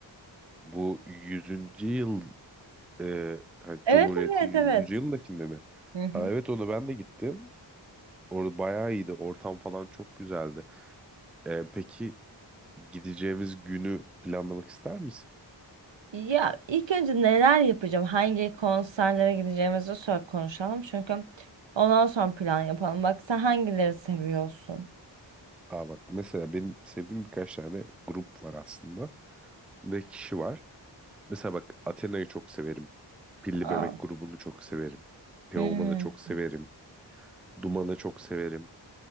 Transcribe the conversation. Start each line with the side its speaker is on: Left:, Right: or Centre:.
Centre: Bu yüzüncü yıl e, ha,
Right: Evet
Centre: Cumhuriyet'in
Right: evet
Centre: yüzüncü
Right: evet.
Centre: yılındakinde mi?
Right: Hı hı.
Centre: Aa, evet ona ben de gittim. Orada bayağı iyiydi. Ortam falan çok güzeldi. Ee, peki gideceğimiz günü planlamak ister misin?
Right: Ya ilk önce neler yapacağım? Hangi konserlere gideceğimizi sor konuşalım. Çünkü ondan sonra plan yapalım. Bak sen hangileri seviyorsun?
Centre: Aa bak mesela benim sevdiğim birkaç tane grup var aslında ve kişi var. Mesela bak Athena'yı çok severim. Pilli
Right: Aa.
Centre: Bebek grubunu çok severim. Teoman'ı
Right: Hmm.
Centre: çok severim. Duman'ı çok severim.